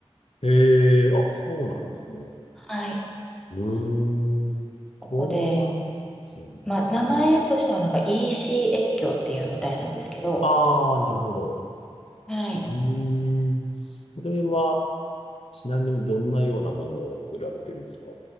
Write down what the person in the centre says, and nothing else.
はい。
ここで、
まあ、名前としてはなんか
EC 越境っていうみたいなんですけど、
はい。